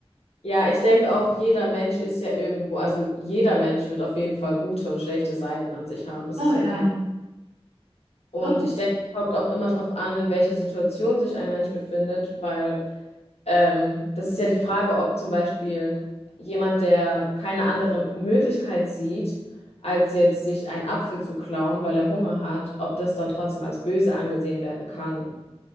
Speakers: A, on the left; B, on the right.
A: Ja, ich denke auch, jeder Mensch ist ja irgendwo, also jeder Mensch wird auf jeden Fall gute und schlechte Seiten an sich haben. Es
B: Oh
A: ist
B: ja.
A: ja kein. Und
B: Oh.
A: ich denke, es kommt auch immer darauf an, in welcher Situation sich ein Mensch befindet, weil ähm, das ist ja die Frage, ob zum Beispiel jemand, der keine andere Möglichkeit sieht, als jetzt sich einen Apfel zu klauen, weil er Hunger hat, ob das dann trotzdem als böse angesehen werden kann. <laughs>